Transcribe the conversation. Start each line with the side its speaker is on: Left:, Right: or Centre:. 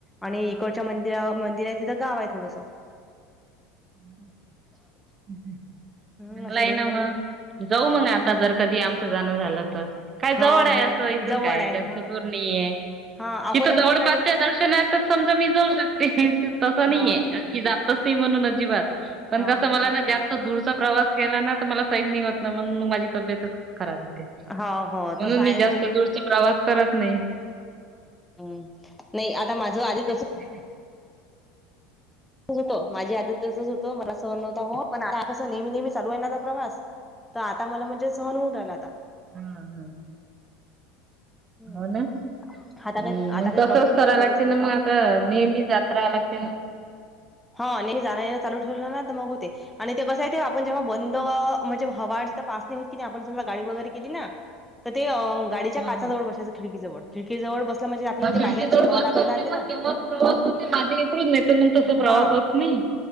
Centre: अणि
Right: हो
Centre: इकडच्या
Right: काय
Centre: मंदिरा, मंदिर आहे तिथं गाव आहे थोडंसं.
Right: <unintelligible> चांगला
Centre: हे अशे
Right: आहे
Centre: दोन
Right: ना
Centre: मंदिर
Right: मग जाऊ मग आता
Centre: हम्म
Right: जर कधी आमचं जाणं झालं तर, काय
Centre: हो
Right: जवळ आहे,
Centre: हो
Right: असं इथून
Centre: जवळ
Right: काय
Centre: आहे
Right: जास्त
Centre: हा
Right: दूर नईये.
Centre: हा अकोल्यावर
Right: तिथं जवळपासच्या
Centre: मला वाटतं
Right: दर्शनात तर समजा मी जाऊ शकते, तसं नाहीये.
Centre: हा
Right: की जातच नही म्हणून अजिबात पण
Centre: हा
Right: कसं मला ना जास्त दूरचा प्रवास केला ना, तर मला सहीन नय होत. नमंग मग माझी तब्येतच खराब होते.
Centre: हा हो हो
Right: म्हणून
Centre: तसं आहेच
Right: मी जास्त
Centre: ना ते
Right: दूरचा प्रवास करत नई.
Centre: नई आता माझं आधी पासू
Right: <inaudible>
Centre: नचं होतं, माझं आधी तसच होतं मला सहन नव्हतं हं पण आता कसं नेहमी-नेहमी चालू हाय माझा प्रवास तं आता मला म्हणजे सहन होऊ राहिला आता.
Right: हं-हं-हं.
Centre: हम्म
Right: होव ना,
Centre: आता काही
Right: नई
Centre: आता
Right: मग
Centre: काही
Right: तसच
Centre: प्रॉब्लेम नाही
Right: करावं
Centre: होऊन राहिला
Right: लागते
Centre: समजा
Right: ना मग आता नेहमी जात कराल लागते ना.
Centre: हा, नेहमी जाणं-येणं चालू ठेवलं ना, तर मग होते. अणि ते कसंय ते आपण जेव्हा बंद म्हणजे हवा जिथं पास नाही होत की नई, आपण समजा गाडी वगैरे केली ना, तर ते अं गाडीच्या काचा
Right: हा हा
Centre: जवळ बसायचं खिडकी जवळ. खिडकी जवळ बसलं म्हणजे आपल्या
Right: मग
Centre: ती
Right: खिडकीजवळ
Centre: बाहेरची
Right: बस
Centre: हवा लागत
Right: असते
Centre: राहते
Right: मग
Centre: ना.
Right: तेव्हाच प्रवास होते माझ्या <unintelligible> नही तर मग तस
Centre: हा
Right: प्रवास होत नही.